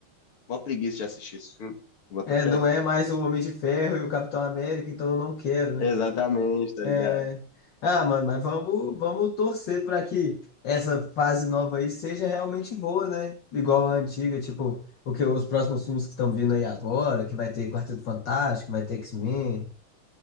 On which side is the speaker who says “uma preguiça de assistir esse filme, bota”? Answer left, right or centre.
Left